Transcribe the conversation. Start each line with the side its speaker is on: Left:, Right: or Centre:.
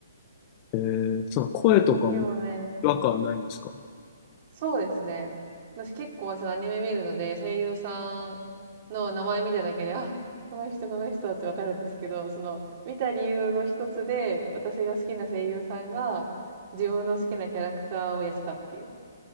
Left: えーその声とかも
Right: でもね、
Left: 違和感ないんですか
Right: そうですね。私結構そのアニメ見るので、声優さんの名前見ただけで、あ、この人この人ってわかるんですけど、その見た理由の一つで、私が好きな声優さんが自分の好きなキャラクターをやってたっていう。